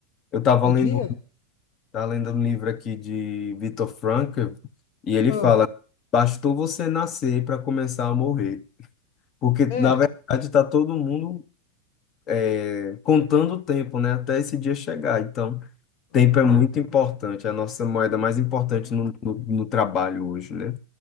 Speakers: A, on the left; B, on the left.
A: eu estava
B: É
A: lendo,
B: dinheiro?
A: tava lendo um livro aqui de Viktor Frankl, e ele
B: Ah,
A: fala: bastou você nascer para começar a morrer. Porque,
B: é.
A: na verdade, está todo mundo é, contando o tempo, né? Até esse dia chegar. Então,
B: Aham,
A: tempo é muito importante. É a nossa moeda mais importante
B: aham.
A: no, no, no trabalho hoje, né?